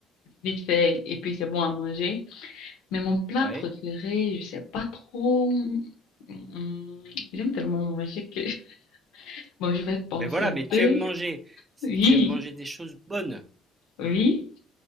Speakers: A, on the left; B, on the right.
A: vite fait, et puis c'est bon à manger. Mais mon plat
B: ouais.
A: préféré, je sais pas trop, hum, j'aime tellement manger que, <laughs> bon, je vais penser
B: Mais voilà,
A: un
B: mais tu
A: peu.
B: aimes manger. Si
A: Oui,
B: tu aimes manger des choses bonnes.
A: oui,